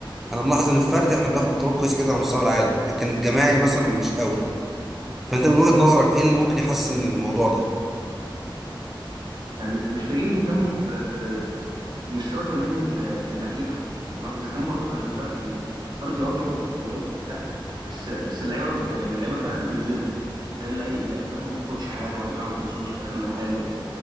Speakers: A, in the centre; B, on the right.
A: انا ملاحظ ان الفردي احنا بناخد بطولات كويسة جدا على مستوى العالم لكن الجماعي مثلا مش قوي فانت من وجهة نظرك ايه اللي ممكن يحسن الموضوع ده
B: يعني محتاجين يهتموا ب... ب... بمستوى تمرين الل- اللعيبة تمام إذا كان برضو خلي بالك يعني الفردي أه بناخد بطولات وبتاع بس بس اللعيبة ب... يعني اللعيبة في الآخر بتتظلم يعني تلاقي اللعي- اللعيبة في الآخر ما بتاخدش حاجة واللعيبة ما بتوصلش في الآخر لحاجة و...